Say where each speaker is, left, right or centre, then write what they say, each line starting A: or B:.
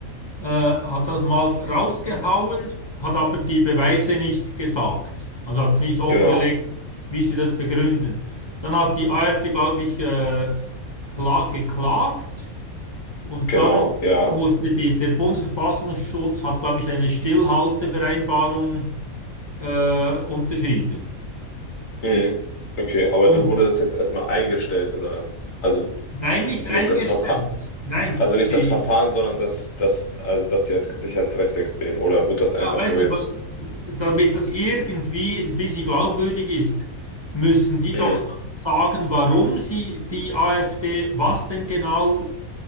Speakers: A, on the left (about 25°); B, on the left (about 55°).
A: äh, hat das mal rausgehauen, hat aber die Beweise nicht gesagt. Also hat nicht offengelegt,
B: Genau,
A: wie sie das begründen. Dann hat die AfD, glaube ich, äh, kla- geklagt und
B: genau,
A: dann
B: ja.
A: musste die, der Bundesverfassungsschutz hat, glaube ich, eine Stillhaltevereinbarung äh, unterschrieben.
B: Mhm. Okay, aber
A: Und
B: dann wurde das jetzt erstmal eingestellt oder also
A: nein, nicht
B: nicht
A: eingestellt.
B: das Verfahren,
A: Nein,
B: also
A: die,
B: nicht das Verfahren, sondern das, das, also das jetzt gesichert rechtsextrem oder wird das einfach
A: ja, weißt
B: nur
A: du,
B: jetzt?
A: wa- damit das irgendwie ein bisschen glaubwürdig ist, müssen die
B: Mhm.
A: doch sagen, warum sie die AfD, was denn genau